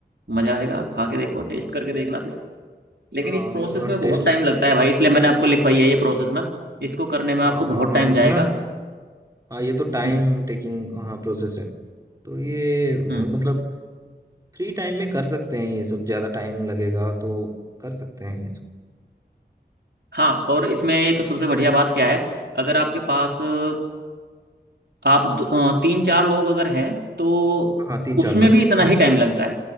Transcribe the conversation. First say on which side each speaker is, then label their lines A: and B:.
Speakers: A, on the right (about 70°); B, on the right (about 20°).
A: मज़ा आएगा आप खा के देखो टेस्ट करके देखना फिर लेकिन
B: हाँ
A: इस प्रोसेस
B: मैं थोड़ा
A: में बहुत
B: टेस्ट
A: टाइम लगता है भाई इसलिए मैंने आपको लिखवाई है ये प्रोसेस ना इसको करने में
B: हाँ
A: आपको बहुत
B: हाँ हाँ
A: टाइम जाएगा
B: ना हाँ ये तो टाइम
A: हम्म
B: टेकिंग हाँ प्रोसेस है तो ये अ,
A: हम्म
B: मतलब फ्री टाइम में कर सकते हैं ये सब ज़्यादा टाइम लगेगा तो कर सकते हैं ये सब
A: हाँ और इसमें एक सबसे बढ़िया बात क्या है अगर आपके पास अ, आप दो- अ, तीन चार लोग अगर हैं तो
B: हाँ तीन चार
A: उसमें
B: लोग
A: भी इतना
B: हाँ
A: ही टाइम लगता है